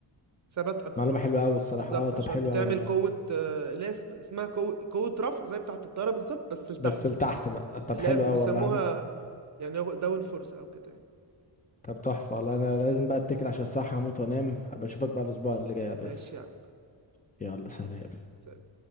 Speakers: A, on the right; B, on the left.
A: ثبات اكتر
B: معلومة حلوة أوي الصراحة
A: بالظبط
B: أه طب
A: عشان
B: حلو
A: بتعمل
B: أوي والله
A: قوه آه، اللي هي اس- اسمها قوه قوة رفع زي بتاعه الطياره بالظبط بس لتحت
B: بس لتحت بقى طب
A: اللي
B: حلو
A: هي بيسموها
B: أوي والله أنا
A: يعني داون فورس او كده يعني
B: طب تحفة والله أنا لازم بقى أتكل عشان الصحة هموت وأنام أبقى أشوفك بقى الأسبوع اللي جاي يا ريس
A: ماشي يا
B: يلا سلام
A: عم